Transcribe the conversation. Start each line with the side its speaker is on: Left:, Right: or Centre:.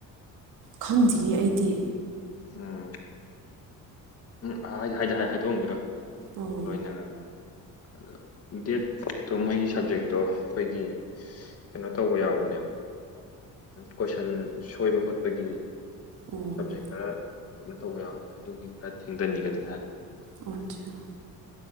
Right: ꯈꯪꯗ꯭ꯔꯤꯉ ꯑꯩꯗꯤ
Left: ꯎꯝ ꯎꯝ ꯍꯥꯏꯗꯤ ꯍꯥꯏꯗꯤ ꯍꯥꯏ ꯍꯥꯏꯗꯣꯛꯑꯝꯁꯤꯔꯣ
Right: ꯑꯣ
Left: ꯂꯣꯏꯅꯔꯕ ꯑ ꯗꯦꯠꯠꯇꯣ ꯃꯣꯏꯒꯤ ꯁꯕꯖꯦꯛꯇꯣ ꯑꯩꯈꯣꯏꯒꯤ ꯀꯩꯅꯣ ꯇꯧꯕ ꯌꯥꯎꯕꯅꯦꯕ ꯀꯣꯏꯁꯟ ꯁꯣꯏꯕ ꯈꯣꯠꯄꯒꯤ
Right: ꯑꯣ
Left: ꯁꯕꯖꯦꯛ ꯈꯔ ꯀꯩꯅꯣ ꯇꯧꯕ ꯌꯥꯎꯕꯅꯦ ꯑꯗꯨꯒꯤ ꯈꯔ ꯊꯦꯡꯊꯅꯤꯡꯒꯗꯤ ꯍꯥꯏꯕ
Right: ꯑꯆꯥꯥ